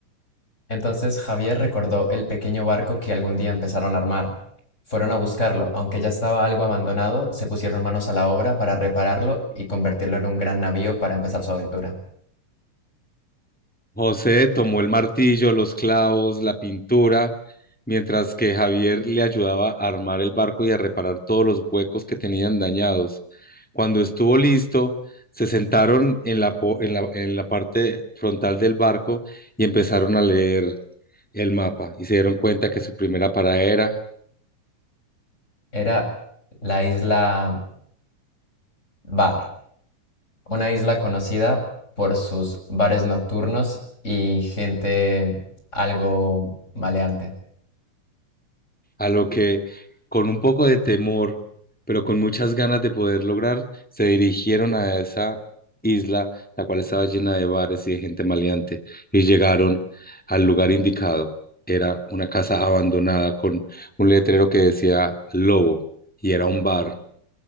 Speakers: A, on the left (about 20°); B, in the centre.
A: Entonces Javier recordó el pequeño barco que algún día empezaron a armar. Fueron a buscarlo, aunque ya estaba algo abandonado, se pusieron manos a la obra para repararlo y convertirlo en un gran navío para empezar su aventura.
B: José tomó el martillo, los clavos, la pintura, mientras que Javier le ayudaba a armar el barco y a reparar todos los huecos que tenían dañados. Cuando estuvo listo, se sentaron en la, po- en la, en la parte frontal del barco y empezaron a leer el mapa y se dieron cuenta que su primera parada era
A: Era la isla Bar. Una isla conocida por sus bares nocturnos y gente algo maleante.
B: a lo que con un poco de temor, pero con muchas ganas de poder lograr, se dirigieron a esa isla, la cual estaba llena de bares y de gente maleante, y llegaron al lugar indicado. Era una casa abandonada con un letrero que decía Lobo, y era un bar